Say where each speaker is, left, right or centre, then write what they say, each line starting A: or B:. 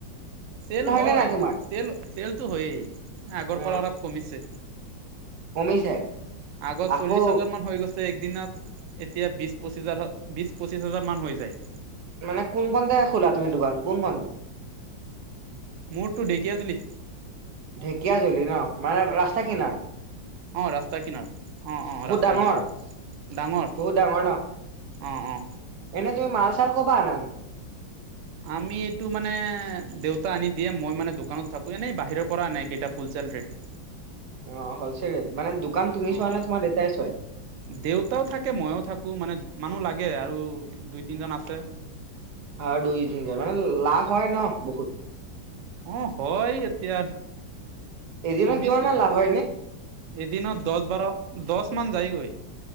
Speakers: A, on the right; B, on the right.
A: চেল হয়,
B: নে নাই তোমাৰ?
A: চেল চেলটো হয়েই, না আগৰ
B: অ
A: পৰা অলপ কমিছে।
B: কমিছে
A: আগত
B: আকৌ
A: চল্লিশ হাজাৰ মান হৈ গৈছে। একদিনত এতিয়া বিশ পঁচিছ হাজাৰ, বিশ পঁচিছ হাজাৰ মান হৈ যায়।
B: মানে কোনখনতে খোলা তুমি দোকান কোনখনতে?
A: মোৰটো ঢেকীয়াজুলি।
B: ঢেকীয়া জুলি ন' মানে ৰাস্তা কিনাত?
A: অঁ' ৰাস্তা কিনাৰত, অঁ' অঁ' ৰাস্তা
B: ডাঙৰ
A: কিনাৰত ডাঙৰ।
B: বহুত ডাঙৰ ন?
A: অঁ' অঁ।
B: এনে তুমি মাল-চাল কৰপা আনা নো?
A: আমি এইটো মানে দেউতা আনি দিয়ে মই মানে দোকানত থাকো, এনেই বাহিৰৰ পৰা আনে এইকেইটা ফুলচেল ৰেট।
B: অঁ' হ'ল' চেল ৰেট মানে দুকান তুমি
A: অ
B: চোৱা নে তোমাৰ দেউতাই চাই?
A: দেউতাও থাকে মইও থাকো মানে মানুহ লাগে আৰু দুই তিনিজন আছে।
B: আৰু দুই তিনিজন মানে লাভ হয় ন' বহুত?
A: অঁ' হয় এতিয়া।
B: এদিনত
A: কমিছে,
B: কিমান মান লাভ হয় এনে?
A: এদিনত দচ বাৰ দচ মান যায়েগৈ।